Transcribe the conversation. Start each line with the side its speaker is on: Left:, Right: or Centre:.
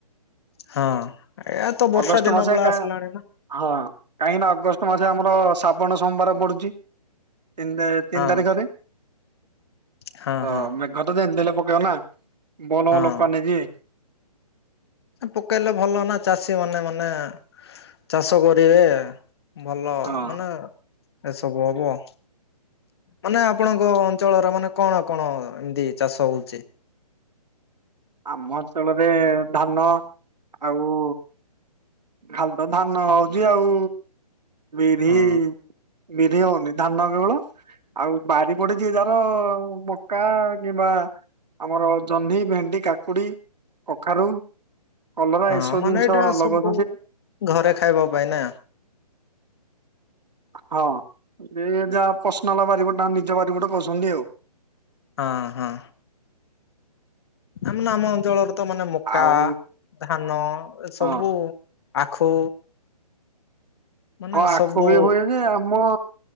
Left: ହଁ ଏଆ ତ ବର୍ଷା
Right: ଅଗଷ୍ଟ
Left: ଦିନ
Right: ମାସେ
Left: ପଳେଇ
Right: କା
Left: ଆସିଲାଣି ନା।
Right: ହଁ କାହିଁକି ନା ଅଗଷ୍ଟ ମାସେ ଆମର ଶ୍ରାବଣ ସୋମବାର ପଡୁଛି। ତିନି ତା ତିନି
Left: ହଁ
Right: ତାରିଖରେ।
Left: ହଁ
Right: ତ
Left: ହଁ
Right: ମେଘ ତ ଯେମତି ହେଲେ ପକେଇବ ନା ଭଲ
Left: ହଁ
Right: ଭଲ ପାନି କି।
Left: ପକେଇଲେ ଭଲ ନା ଚାଷୀମାନେ ମାନେ ଚାଷ କରିବେ। ଭଲ
Right: ହଁ
Left: ମାନେ ଏ ସବୁ ହବ। ମାନେ ଆପଣଙ୍କ ଅଞ୍ଚଳର ମାନେ କଣ କଣ ଏମତି ଚାଷ ହଉଛି?
Right: ଆମ ଅଞ୍ଚଳରେ ଧାନ ଆଉ ଖାଲି ତ ଧାନ ହଉଛି ଆଉ ବିରି
Left: ହଁ
Right: ବିରି ହଉନି ଧାନ କେବଳ ଆଉ ବାରି ପଟେ ଯିଏ ଯାହାର ମକା କିମ୍ବା ଆମର ଜହ୍ନି, ଭେଣ୍ଡି, କାକୁଡି, କଖାରୁ କଲରା
Left: ହଁ
Right: ଏ ସବୁ
Left: ମାନେ
Right: ଜିନିଷ
Left: ଏଇଟା ସବୁ
Right: ଲଗ
Left: ଘରେ ଖାଇବା ପାଇଁ ନା!
Right: ହଁ ଯିଏ ଯାହା ପସନାଲ ବାରିପଟ ନିଜ ବାରିପଟ କରୁଛନ୍ତି ଆଉ।
Left: ଅ ହଁ। ଆମ୍ ନା ଆମ ଅଞ୍ଚଳରେ ତ ମାନେ ମକା,
Right: ଆଉ
Left: ଧାନ ଏ ସବୁ
Right: ହଁ
Left: ଆଖୁ ମାନେ
Right: ହଁ ଆଖୁ
Left: ସବୁ
Right: ବି ହୁଏ ଯେ ଆମ